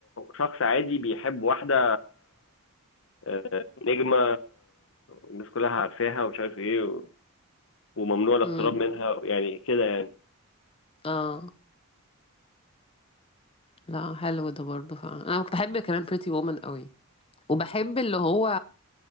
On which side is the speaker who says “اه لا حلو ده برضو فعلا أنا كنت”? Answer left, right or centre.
Left